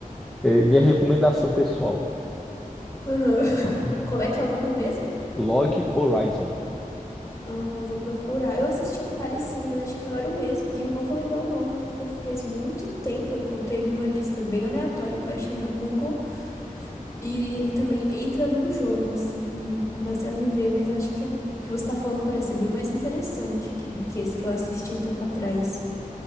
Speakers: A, in the centre; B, on the left.
A: é, minha recomendação pessoal:
B: uhum. <laughs>
A: <laughs>
B: Como é que é o nome mesmo?
A: Log Horizon.
B: Ah, eu vou procurar. Eu assisti um parecido, mas acho que não era o mesmo. E eu não vou lembrar o nome, porque faz muito tempo eu encontrei numa lista bem aleatória que eu achei no Google. E ele também entra num jogo, assim, e começa a viver. Mas eu acho que é- o que você tá falando parece bem mais interessante que- do que esse que eu assisti um tempo atrás.